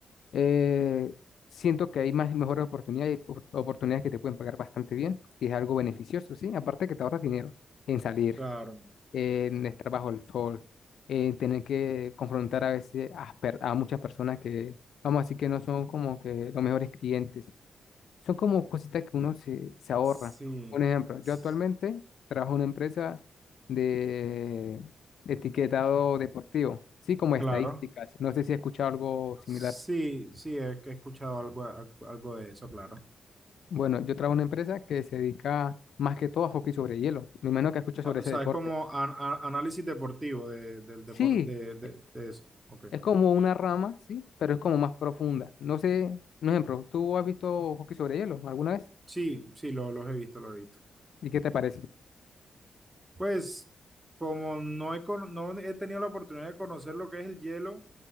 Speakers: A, on the left; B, on the right.
A: Eh, siento que hay más, mejores oportunidades, opor- oportunidades que te pueden pagar bastante bien, que es algo beneficioso, sí, aparte que te ahorras dinero en salir,
B: claro.
A: en
B: claro.
A: estar bajo el sol, en tener que confrontar a veces a, per- a muchas personas que, vamos a decir que no son como que los mejores clientes son como cositas que uno se, se ahorra.
B: Sí,
A: Un ejemplo, yo
B: s-
A: actualmente trabajo en una empresa de etiquetado deportivo, sí, como estadísticas.
B: claro.
A: No sé si he escuchado algo similar.
B: Sí, sí, he, he escuchado algo, al- algo de eso, claro.
A: Bueno, yo trabajo en una empresa que se dedica más que todo a hockey sobre hielo. Me imagino que escuchado
B: Ah,
A: sobre ese
B: O sea,
A: deporte.
B: es como an- a- análisis deportivo de, del deporte,
A: Sí,
B: de, de-
A: e-
B: de eso. Ok.
A: es como una rama, sí, pero es como más profunda. No sé, un ejemplo, ¿tú has visto hockey sobre hielo alguna vez?
B: Sí, sí, lo, los he visto, los he visto.
A: ¿Y qué te parece?
B: Pues, como no he, cono- no he tenido la oportunidad de conocer lo que es el hielo,